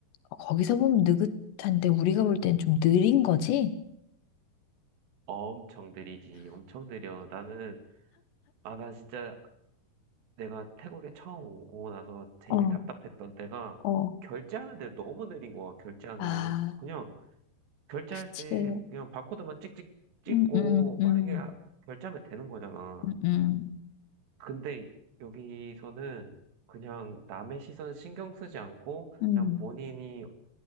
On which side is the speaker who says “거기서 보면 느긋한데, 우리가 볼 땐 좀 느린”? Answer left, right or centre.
Left